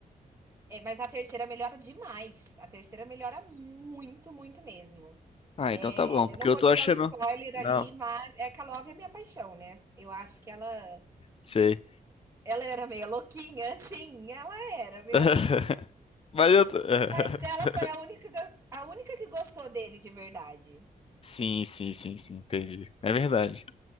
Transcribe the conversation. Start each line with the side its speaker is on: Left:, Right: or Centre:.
Right: É, mas a terceira melhora demais. A terceira melhora muito, muito mesmo.
Left: Ah,
Right: É,
Left: então tá bom, porque
Right: eu não
Left: eu
Right: vou
Left: tô
Right: te
Left: achando.
Right: dar um spoiler
Left: Não,
Right: ali, mas Eka Love é minha paixão, né? Eu acho que ela,
Left: sei.
Right: ela era meio louquinha, <laughs> sim, ela era meio
Left: <laughs>
Right: louquinha.
Left: Mas eu tô... <laughs>
Right: Mas ela foi a única, a única que gostou dele de verdade.
Left: Sim, sim, sim, sim, entendi. É verdade.